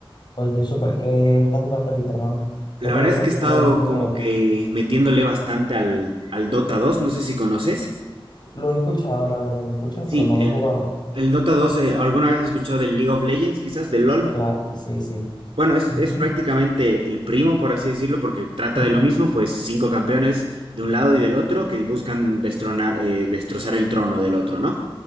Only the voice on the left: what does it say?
Oye, súper, ¿qué estás jugando ahorita, hermano?
¿Qué te
gusta
jugar
más que
todo?
Lo he escuchado, la verdad, lo he escuchado,
pero no
lo he jugado.
Claro, sí, sí.
Ujú.
<laughs>